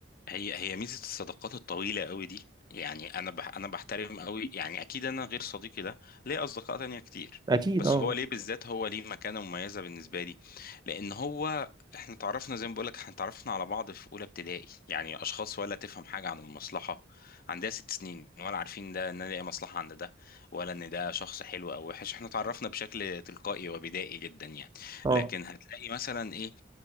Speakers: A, on the left; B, on the right.
A: هي هي ميزة الصداقات الطويلة قوي دي يعني انا بح انا بحترم قوي يعني اكيد انا غير صديقي ده ليه اصدقاء تانية كتير
B: اكيد
A: بس
B: اه
A: هو ليه بالذات هو ليه مكانة مميزة بالنسبة لي لان هو احنا اتعرفنا زي ما بقولك احنا اتعرفنا على بعض في اولى ابتدائي يعني اشخاص ولا تفهم حاجة عن المصلحة عندها ست سنين ولا عارفين ده ان ده ايه مصلحة عند ده ولا ان ده شخص حلو او وحش احنا اتعرفنا بشكل تلقائي وبدائي جدا يعني
B: اه
A: لكن هتلاقي مثلا ايه